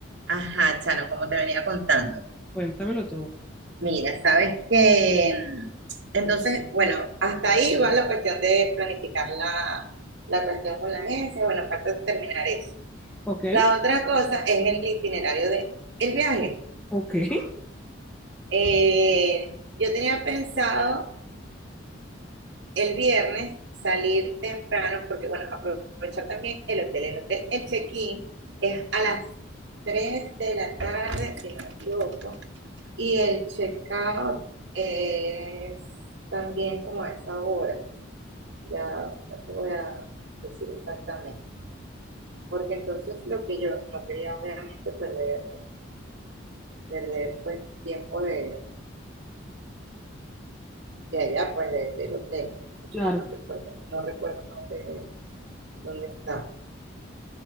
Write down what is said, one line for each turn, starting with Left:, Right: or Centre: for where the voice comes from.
Right: Ajá, Charon, como te venía contando.
Centre: Cuéntamelo todo.
Right: Mira, sabes que mm, entonces, bueno, hasta ahí va la cuestión de planificar la, la cuestión con la agencia. Bueno, falta terminar eso.
Centre: Ok,
Right: La otra cosa es el itinerario de el viaje.
Centre: ok, <laughs>
Right: Eh, yo tenía pensado el viernes salir temprano, porque bueno, aprovechar también el hotel. El hotel, el check-in es a las 3 de la tarde, si no me equivoco. Y el checkout es también como a esa hora. Ya, ya te voy a decir exactamente. Porque entonces lo que yo no quería obviamente perder, perder pues tiempo de, de allá, pues de- del hotel.
Centre: claro.
Right: Yo no recuerdo, no recuerdo dónde, dónde está.